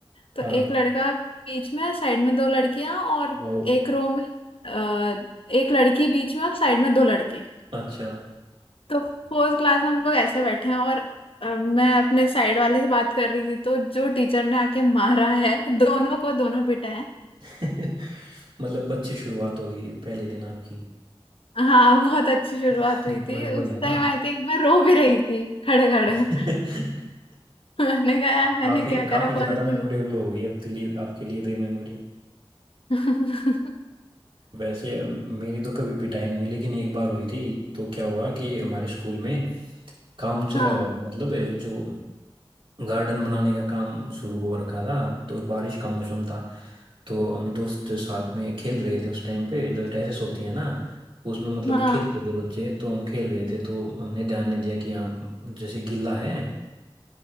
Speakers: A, on the left; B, on the right.
A: तो
B: हाँ
A: एक लड़का बीच में साइड में दो लड़कियां और
B: वाह
A: एक रो में अ, एक लड़की बीच में और साइड में दो लड़के
B: अच्छा
A: तो फोर्थ क्लास में हम लोग ऐसे बैठे हैं और अ, मैं अपने साइड वाले से बात कर रही थी तो जो टीचर ने आके मारा है दोनों को दोनों पिटा है
B: <laughs> मतलब अच्छी शुरुआत होगी पहले दिन आपकी
A: हाँ बहुत अच्छी शुरुआत
B: <laughs> मेमोरेबल
A: हुई थी उस
B: है ना
A: टाइम आई थिंक मैं रो भी रही थी खड़े खड़े
B: <laughs>
A: <laughs> मैंने कहा यार मैंने
B: काफी
A: क्या
B: काफी
A: करा फर्स्ट
B: ज्यादा
A: दिन
B: मेमोरेबल हो गई आपके लिए आपके लिए तो ये मेमोरी
A: <laughs>
B: वैसे मेरी तो कभी पिटाई नहीं हुई लेकिन एक बार हुई थी तो क्या हुआ कि हमारे स्कूल में काम चला
A: हाँ
B: हुआ था मतलब ए, जो गार्डन बनाने का काम शुरू हो रखा था तो बारिश का मौसम था तो हम दोस्त साथ में खेल रहे थे उस टाइम पे जो रेसेस होती है ना उसमें मतलब
A: हाँ
B: खेलते थे बच्चे तो हम खेल रहे थे तो हमने ध्यान नहीं दिया कि यहाँ जैसे गिल्ला है